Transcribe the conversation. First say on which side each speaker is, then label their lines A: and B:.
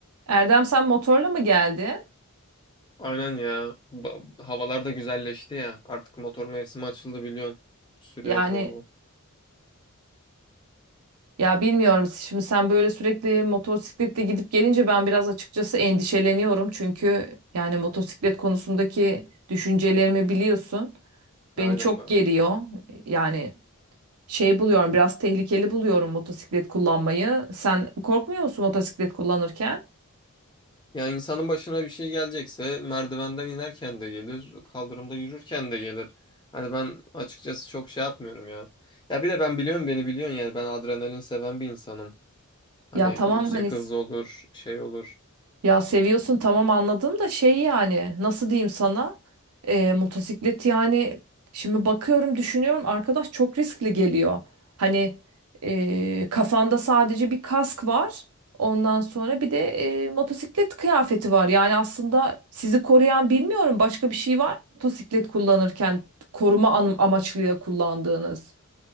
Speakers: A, on the right (about 85°); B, on the left (about 20°).
A: Erdem sen motorla mı geldi?
B: Aynen ya. Ba- havalar da güzelleşti ya. Artık motor mevsimi açıldı biliyorsun. Sürüyoruz
A: Yani
B: bol bol.
A: ya bilmiyorum si-, şimdi sen böyle sürekli motosikletle gidip gelince ben biraz açıkçası endişeleniyorum. Çünkü yani motosiklet konusundaki düşüncelerimi biliyorsun.
B: Aynen.
A: Beni çok
B: abi.
A: geriyor. Yani şey buluyorum biraz tehlikeli buluyorum motosiklet kullanmayı. Sen korkmuyor musun motosiklet kullanırken?
B: Ya insanın başına bir şey gelecekse merdivenden inerken de gelir, kaldırımda yürürken de gelir. Hani ben açıkçası çok şey yapmıyorum ya. Ya bir de ben biliyorum beni biliyorsun yani ben adrenalin seven bir insanım. Hani
A: Ya tamam
B: yüksek
A: hani
B: hız olur, şey olur.
A: Ya seviyorsun tamam anladım da şey yani nasıl diyeyim sana Ee, motosiklet yani şimdi bakıyorum düşünüyorum arkadaş çok riskli geliyor. Hani ee, kafanda sadece bir kask var ondan sonra bir de ee, motosiklet kıyafeti var. Yani aslında sizi koruyan bilmiyorum başka bir şey var mı motosiklet kullanırken koruma am- amaçlı kullandığınız?